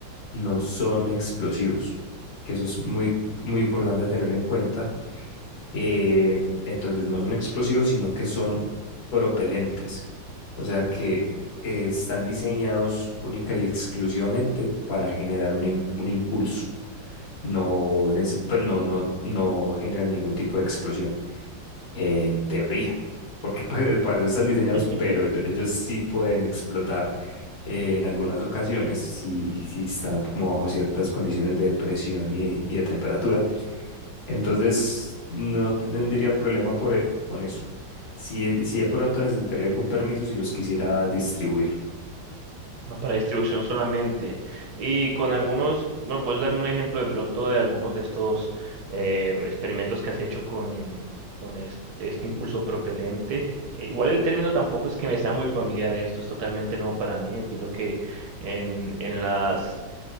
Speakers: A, on the left; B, on the right.
A: no son explosivos, que eso es muy, muy importante tenerlo en cuenta eh, entonces no son explosivos, sino que son propelentes. O sea que eh, están diseñados única y exclusivamente para generar un, im- un impulso. No, nece- pues no, no, no generan ningún tipo de explosión, en teoría, porque <laughs> pues, para eso están diseñados,
B: <laughs>
A: pero ello- ellos, sí pueden explotar eh, en algunas ocasiones si, si están como bajo ciertas condiciones de presión y y de temperatura entonces, no tendría problema por, e- con eso. Si, e, si de pronto necesitaría algún permiso si los quisiera distribuir.
B: No para distribución solamente. Y con algunos, bueno, puedes darme un ejemplo de pronto de algunos de estos eh, experimentos que has hecho con, con es- este, impulso propelente. Eh, igual el término tampoco es que me sea muy familiar, esto es totalmente nuevo para mí. Entiendo que en, en las